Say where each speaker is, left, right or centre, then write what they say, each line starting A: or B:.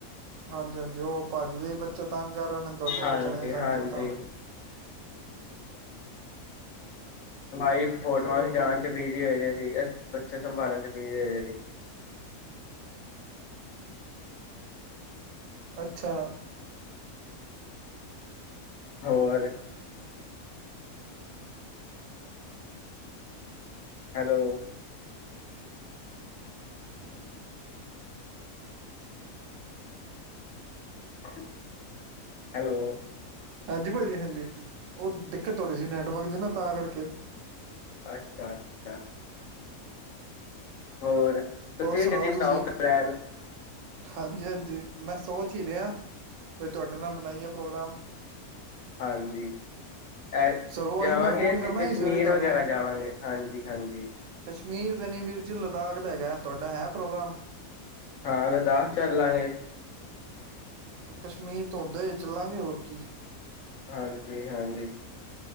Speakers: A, on the right; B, on the left.
A: ਹਾਂਜੀ -ਹਾਂਜੀ ਔਹ ਭਾਜੀ ਦੇ ਹੀਂ ਬੱਚੇ ਤੰਗ ਆ। ਦੋਨੇ ਤੁਹਾਡੇ
B: ਹਾਂਜੀ-ਹਾਂਜੀ।
A: ਬੱਚਿਆਂ ਨੇ ਵੀ ਤੰਗ ਕੀਤਾ ਹੋਣਾ।
B: ਵਾਈਫ ਫੋਟੋਆਂ
A: ਚਲੋ
B: ਖਿਚਾਨ
A: ਕੋਈ
B: ਚ ਬੀਜੀ ਹੈਗੇ। ਜੀ ਐਸ ਬੱਚਾ ਸੰਭਾਲਣ ਚ ਬੀ ਜੀ ਹੈਗੇਅ ਸੀ।
A: ਅੱਛਾ।
B: ਹੋਰ। ਹੈਲੋ।
A: <inaudible>
B: <unintelligible> ਹੈਲੋ।
A: ਹਾਂਜੀ, ਭਾਜੀ ਹਾਂਜੀ। ਔ ਦਿੱਕਤ ਹੋ ਰਹੀ ਸੀ। ਨੈਟਵਰਕ ਦੀ ਨਾ। ਤਾਂ ਕਰਕੇ।
B: ਅੱਛਾ- ਅੱਛਾ। ਹੋਰ। ਤੁਸੀਂ
A: ਹੋਰ ਸੁਣਾਓ
B: ਕਦੀ ਬਣਾਓ
A: ਤੁਸੀਂ
B: ਫਰਨੈਲ।
A: ਹਾਂਜੀ- ਹਾਂਜੀ ਮੈਂ ਸੋਚ ਹੀ ਰਿਹਾ। ਬੀ ਤੁਹਾਡੇ ਨਾਲ ਬਣਾਇ ਏ ਪ੍ਰੋਗਰਾਮ।
B: ਹਾਂਜੀ ਐ
A: ਸਗੋਂ
B: ਜਾਵਾਂਗੇ
A: ਅੱਜ ਮੈਂ ਫੋਨ ਕਰਨਾ
B: ਕਸ਼ਮੀਰ
A: ਸੀ ਸਵੇਰੇ ਤੁਹਾਨੂੰ
B: ਵਗੈਰਾ ਜਾਵਾਂਗੇ ਹਾਂਜੀ -ਹਾਂਜੀ
A: ਮੀਰ ਦਾ ਨੀ ਵੀਰਜੀ ਦਮ਼ ਹੈਗਾਫ ਤੁਹਾਡਾ ਹੈ, ਪ੍ਰੋਗਰਾਮ।
B: ਹਾਂ ਲਦਾਖ ਚੱਲ ਲਾਂਗੇ।
A: ਔ ਕਸ਼ਮੀਰ ਤੋਂ ਹੋਦੇਂ ਚੱਲਾਂਗੇ ਹੋਰ ਕੀ
B: ਹਾਂਜੀ -ਹਾਂਜੀ,